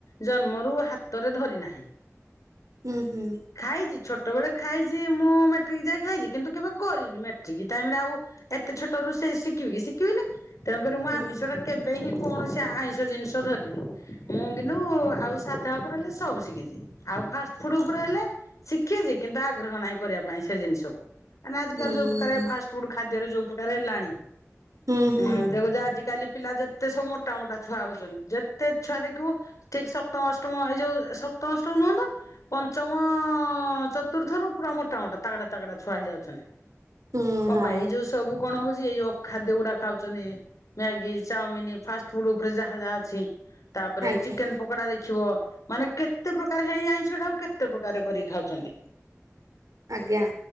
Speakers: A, on the left; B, on the right.
A: ଜନ୍ମରୁ ହାତରେ ଧରି ନାହିଁ।
B: ହୁଁ ହୁଁ।
A: ଖାଇଛି ଛୋଟବେଳେ ଖାଇଛି ମୁଁ ମେଟ୍ରିକ ଯାଏଁ ଖାଇଛି କିନ୍ତୁ କେବେ କରିନି ମେଟ୍ରିକ ଟାଇମ ରେ ଆଉ। ଏତେ ଛୋଟ ରୁ ସେ ଶିଖିବି କି ଶିଖିବିନି ତେଣୁକରି ମୁଁ
B: ହୁଁ
A: ଆମିଷ କେବେ ହିଁ କୌଣସି ଆଇଁଷ ଜିନିଷ ଧରିନି ମୁଁ କିନ୍ତୁ ଆଉ ସାଧା। ଉପରେ ହେଲେ ସବୁ ଶିଖିଛି ଆଉ ଫାଷ୍ଟ ଫୁଡ ଉପରେ ହେଲେ। ଶିଖିଛି କିନ୍ତୁ ଆଗ୍ରହ ନାହିଁ କରିବା ପାଇଁ ସେ ଜିନିଷକୁ। ଏ ନା ଆଜିିକାଲି
B: ହୁଁ
A: ଯୋଉ ପ୍ରକାର
B: ହୁଁ
A: ଫାଷ୍ଟ ଫୁଡ ଖାଦ୍ୟରେ ଯୋଉ ପ୍ରକାର ହେଲାଣି।
B: ହୁଁ ହୁଁ
A: ହଁ ଦେଖୁଛ ଆଜିିକାଲି ପିଲା ଯେ ତେ ସବୁ ମୋଟା ମୋଟା ଛୁଆ ହଉଛନ୍ତି ଯେତେ ଛୁଆ ଦେଖିବୁ ଠିକ ସପ୍ତମ ଅ ଟମ ଏ ଯୋଉ ସପ୍ତମ ଅଷ୍ଟମ ନୁହ ତ। ପଞ୍ଚମ, ଚତୁର୍ଥ ରୁ ପୁରା ମୋଟା ମୋଟା ତାଗଡା ତାଗଡା ଛୁଆ ହେଇଯାଉଛନ୍ତି।
B: ହୁଁ
A: ଅଁ
B: ହଁ
A: ବା ଏଇ ଯୋଉ ସବୁ କଣ ହଉଚି ଏଇ ଯୋଉ ଅ ଖାଦ୍ୟ ଗୁଡା ଖାଉଚନ୍ତି। ମ୍ୟାଗି ଚାଉମିନ୍ ଫାଷ୍ଟ ଫୁଡ ଉପରେ ଯାହା ଯାହା ଅଛି ତାପରେ
B: ଆଜ୍ଞା
A: ଚିକେନ୍ ପକୋଡା ଦେଖିବ। ମାନେ କେତେ ପ୍ରକାର ହେଇଆଇଁଷଟାକୁ କେତେ ପ୍ରକାର କରିକି ଖାଉଚନ୍ତି।
B: ଆଜ୍ଞା।